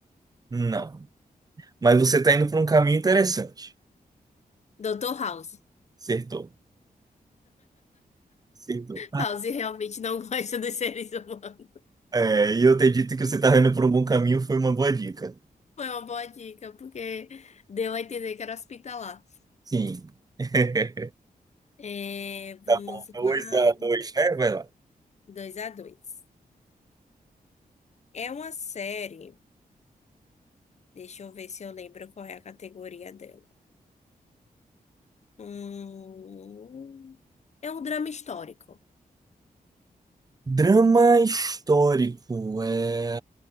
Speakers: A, on the right; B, on the left.
A: Não. Mas você tá indo por um caminho interessante.
B: Dr. House.
A: Acertou. Acertou.
B: House realmente não <laughs> gosta dos seres humanos.
A: É, e eu ter dito que você tá indo por um bom caminho foi uma boa dica.
B: Foi uma boa dica, porque deu a entender que era hospitalar.
A: Sim. <laughs>
B: É, vamos
A: Tá bom. Dois
B: lá.
A: a dois, né? Vai lá.
B: dois a 2. É uma série. Deixa eu ver se eu lembro qual é a categoria dela. Hum, é um drama histórico.
A: Drama histórico. É